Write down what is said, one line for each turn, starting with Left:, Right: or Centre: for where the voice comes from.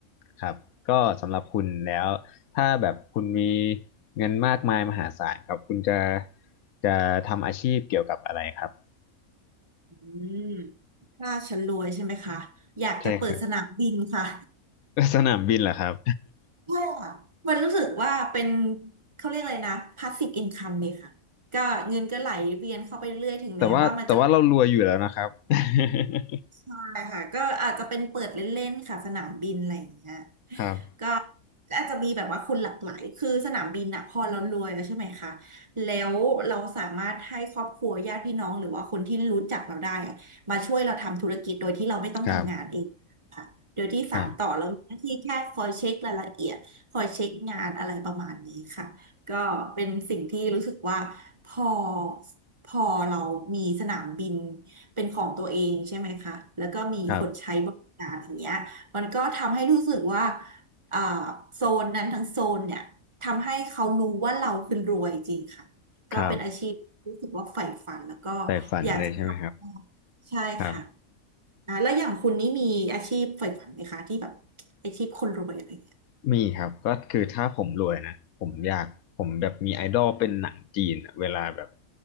Left: ครับก็สำหรับคุณแล้วถ้าแบบคุณมีเงินมากมายมหาศาลครับคุณจะจะทำอาชีพเกี่ยวกับอะไรครับ
Right: อืมถ้าฉันรวยใช่ไหมคะ อยากจะเปิดสนามบินค่ะ
Left: ใช่ครับ <laughs> สนามบินเหรอครับ
Right: ใช่ค่ะมันรู้สึกว่าเป็นเขาเรียกอะไรนะ passive income เลยค่ะ ก็เงินก็ไหลเวียนเข้าไปเรื่อยถึงแม้ว่ามันจะ
Left: แต่ว่าแต่ว่าเรารวยอยู่แล้วนะครับ <laughs>
Right: ใช่ค่ะ ก็อาจจะเป็นเปิดเล่นๆค่ะสนามบินอะไรอย่างเงี้ย
Left: ครับ
Right: ก็ก็อาจจะมีแบบว่าคนหลากหลาย คือสนามบินอะพอเรารวยแล้วใช่ไหมคะ แล้วเราสามารถให้ครอบครัวญาติพี่น้องหรือว่าคนที่รู้จักเราได้อะมาช่วยเราทำธุรกิจโดยที่เราไม่ต้องทำงานเองค่ะโดยที่สานต่อเรามีหน้าที่แค่คอยเช็ครายละเอียด
Left: ครับครับ
Right: คอยเช็คงานอะไรประมาณนี้ค่ะ ก็เป็นสิ่งที่รู้สึกว่าพอพอเรามีสนามบินเป็นของตัวเองใช่ไหมคะแล้วก็มีคนใช้บริการอย่างเงี้ยมันก็ทำให้รู้สึกว่า
Left: ครับ
Right: เอ่อโซนนั้นทั้งโซนเนี่ยทำให้เขารู้ว่าเราคือรวยจริงค่ะก็เป็นอาชีพที่รู้สึกว่าใฝ่ฝันแล้วก็
Left: ครับแต่ฝันเลยใช่ไหมครับ
Right: อยากจะทำใช่ค่ะ
Left: ครับ
Right: อ่าแล้วอย่างคุณนี่มีอาชีพใฝ่ฝันไหมคะที่แบบอาชีพคนรวยอะไรอย่างเงี้ย
Left: มีครับก็คือถ้าผมรวยนะผมอยากผมแบบมีไอดอลเป็นหนังจีนอะเวลาแบบ